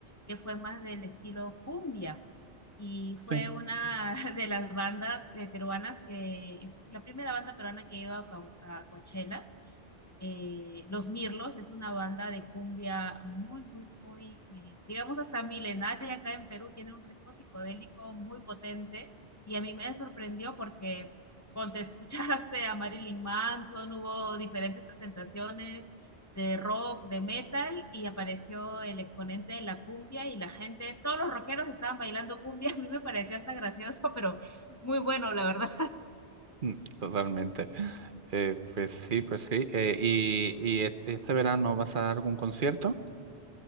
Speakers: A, on the left; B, on the right.
A: que fue más del estilo cumbia y fue
B: Sí,
A: una <laughs> de las bandas eh, peruanas que, la primera banda peruana que iba a, a Coachella. Eh, Los Mirlos es una banda de cumbia muy, muy, muy, eh, digamos hasta milenaria acá en Perú, tiene un ritmo psicodélico muy potente y a mí me sorprendió porque, cuando te <laughs> escuchaste a Marilyn Manson, hubo diferentes presentaciones de rock, de metal, y apareció el exponente de la cumbia y la gente, todos los rockeros estaban bailando cumbia, <laughs> a mí me parecía hasta gracioso, pero muy bueno, la verdad.
B: mm, totalmente. Eh, pues sí, pues sí. Eh, y, y es- este verano vas a dar algún concierto?